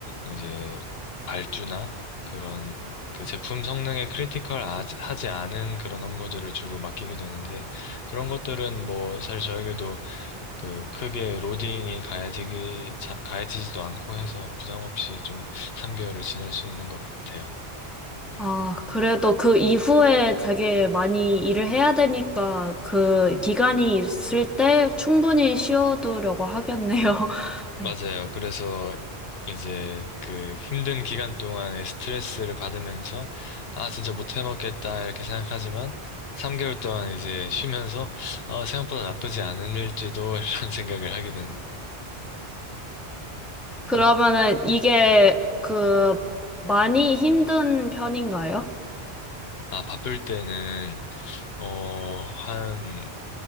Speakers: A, on the left (about 70°); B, in the centre.
A: 이제 발주나 그런 그 제품 성능에 크리티컬하지 않은 그런 업무들을 주로 맡기게 되는데 그런 것들은 뭐 사실 저에게도 그 크게 로딩이 가해지기 자- 가해지지도 않고 해서 부담 없이 좀 3개월을 지낼 수 있는 것 같아요.
B: 아, 그래도 그 이후에 되게 많이 일을 해야 되니까 그 기간이 있을 때 충분히 쉬어두려고 하겠네요.
A: 맞아요.
B: <laughs>
A: 그래서 이제 그 힘든 기간 동안에 스트레스를 받으면서 아 진짜 못 해먹겠다 이렇게 생각하지만 3개월 동안 이제 쉬면서 어, 생각보다 나쁘지 않을지도 <laughs> 이런 생각을 하게 되는.
B: 그러면은
A: 음.
B: 이게 그 많이 힘든 편인가요?
A: 아 바쁠 때는 어 한